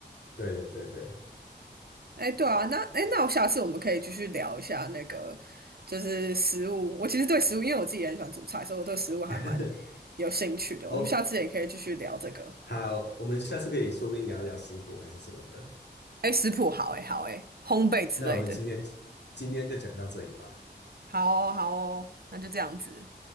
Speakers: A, on the left; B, on the right.
A: 对对对对，
B: 哎，对啊，那哎，那我下次我们可以继续聊一下那个，就是食物。我其实对食物，因为我自己也很喜欢煮菜，所以我对食物还蛮
A: <laughs>
B: 有兴趣的。
A: 哦，
B: 我们下次也可以继续聊这个。
A: 好，我们下次可以说不定聊聊食谱还是什么的。
B: 哎，食谱好哎，好哎，烘焙之类的，
A: 那我们今天今天就讲到这里吧。
B: 好哦，好哦，那就这样子。